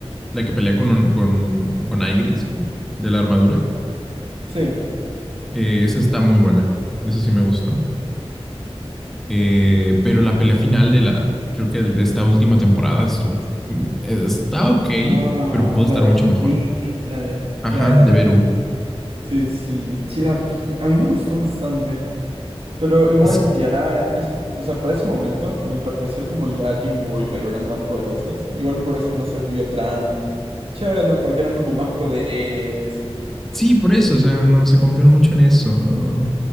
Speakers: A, in the centre; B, on the right.
A: la que pelea con, un- con, con Aigris, creo, de la armadura,
B: Sí.
A: eh, esa está muy buena. Esa sí me gustó. Eh, pero la pelea final de la, creo que de esta última temporada estuvo, mm, está ok,
B: Ah,
A: pero pudo
B: la
A: estar
B: de
A: mucho mejor.
B: Vi, la de...
A: Ajá,
B: La de la...
A: de Beru.
B: Sí, sí, sí la vi, a mí me gustó bastante. Pero igual
A: Es-
B: ya en esos, o sea, para ese momento, a mi parecer, como ya Jinwoo y Beru eran tan poderosos, igual por eso no se vio tan chévere, ¿no? Porque eran como más poderes.
A: sí, por eso, o sea, no se confió mucho en eso